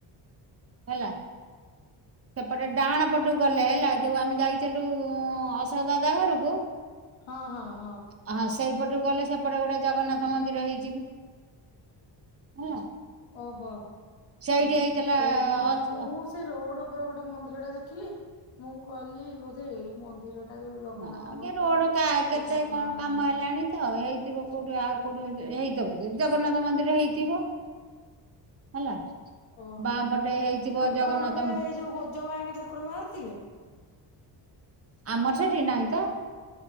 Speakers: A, on the right; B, on the left.
A: ହେଲା। ସେପଟେ ଡାହାଣ ପଟକୁ ଗଲେ ହେଲା ଯୋଉ ଆମେ ଯାଇଥିଲୁ ଅଶୋକ ଦାଦା ଘରକୁ
B: ହଁ ହଁ ହଁ।
A: ହ ହଁ ସେଇପଟୁ ଗଲେ ସେପଟେ ଗୋଟେ ଜଗନ୍ନାଥ ମନ୍ଦିର ହେଇଛି ହେଲା।
B: ଓହୋ।
A: ସେଇଠି ହେଇଥିଲା
B: ସେ ମୁଁ ନା ମୁଁ
A: ଅ
B: ସେ ରୋଡ ଉପରେ ଗୋଟେ ମନ୍ଦିର ଟା ଦେଖିଲି, ମୁଁ କହିଲି ବୋଧେ ଏଇ ମନ୍ଦିର ଟା ଯୋଉ ଜଗନ୍ନାଥ
A: ଆଗେ
B: ମନ୍ଦିର
A: ରୋଡ କା
B: ସେ
A: କେତେ
B: ଠାକୁରଙ୍କ
A: କଣ
B: ମନ୍ଦିର
A: କାମ ହେଲାଣି। ଉ ହେଇଥିବ କୋଉଠି ଆଉ କୋଉଠି ହେଇଥିବ ଯି ଜଗନ୍ନାଥ ମନ୍ଦିର ହେଇଥିବ। ହେଲା।
B: ଓହୋ
A: ବାଁ ପଟେ ହେଇଥିବ
B: ଆପଣଙ୍କ
A: ଜଗନ୍ନାଥ
B: ବେଳେ ଏଇ ଯୋଉ ଗୋଜ ବାୟାଣୀ ଠାକୁର ବାହାରିଥିଲେ।
A: ଆମର ସେଠି ନାହିଁ ତ